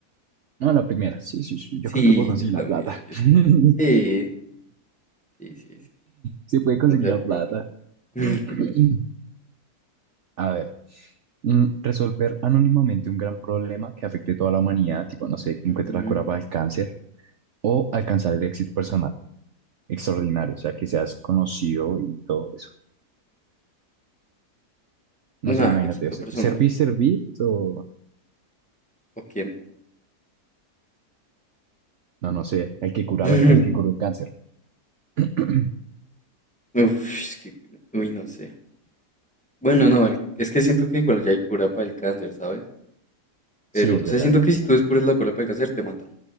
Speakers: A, on the right (about 60°); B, in the centre.
A: No, la primera, sí, sí, sí,
B: Sí,
A: yo creo que puedo conseguir
B: yo también,
A: la plata.
B: yo
A: <laughs>
B: también. Sí, sí, sí, sí,
A: Se puede
B: estamos
A: conseguir
B: de
A: la
B: acuerdo.
A: plata.
B: <laughs>
A: <clears throat> A ver, mm, resolver anónimamente un gran problema que afecte a toda la humanidad, tipo, no sé, que
B: Ujú.
A: encuentre la cura para el cáncer o alcanzar el éxito personal extraordinario, o sea, que seas conocido y todo eso. No sé,
B: Nah,
A: imagínate,
B: le quito
A: o sea,
B: personal.
A: servir, servir o
B: ¿O quién?
A: no, no sé, el que cura
B: <laughs>
A: la- el que curó el cáncer. <clears throat>
B: Uf, es que, uy, no sé. Bueno, no, el- es que siento que igual ya hay cura para el cáncer, ¿sabes? Pero,
A: Sí, es
B: o
A: verdad,
B: sea, siento
A: es
B: que
A: verdad.
B: si tú descubres la cura para el cáncer, te matan.